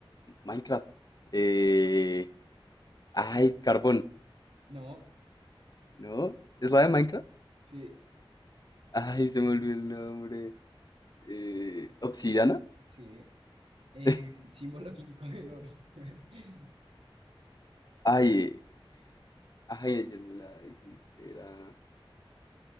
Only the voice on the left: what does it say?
Minecraft. Eh, ay, Carbón.
¿No? ¿Es
la de Minecraft?
Ay, se me olvidó el nombre. Eh, Obsidiana.
<laughs>
Ay, eh, ay, ayer me la dijiste. Era.